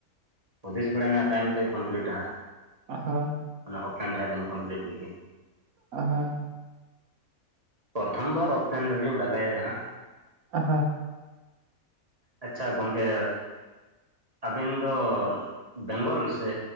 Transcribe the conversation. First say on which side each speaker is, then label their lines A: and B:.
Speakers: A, on the right (about 25°); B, on the right (about 85°).
A: ᱦᱩᱫᱤᱥ ᱵᱟᱲᱟᱭᱮᱱᱟ ᱛᱟᱭᱚᱢᱛᱮ ᱠᱚᱢᱯᱤᱞᱤᱴᱟ
B: ᱟ ᱦᱳᱭ
A: ᱚᱱᱟ ᱳᱯᱮᱱ ᱴᱟᱜ ᱞᱤᱧ ᱠᱚᱢᱯᱤᱞᱤᱴ ᱠᱮᱫ ᱜᱮ
B: ᱟ ᱦᱟᱸ
A: ᱯᱨᱚᱛᱷᱚᱢ ᱵᱟᱨ ᱚᱯᱮᱱ ᱨᱮᱞᱤᱧ ᱞᱟᱜᱟᱭ ᱭᱟ ᱦᱟᱸᱜ
B: ᱟ ᱦᱟᱸ
A: ᱟᱪᱪᱷᱟ ᱜᱚᱝᱠᱮ ᱟᱵᱮᱱ ᱫᱚ ᱵᱮᱝᱜᱚᱞ ᱥᱮ